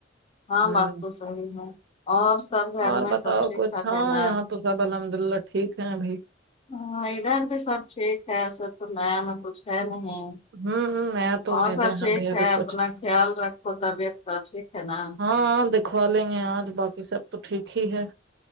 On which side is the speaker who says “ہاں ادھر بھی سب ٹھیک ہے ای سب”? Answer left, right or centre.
Left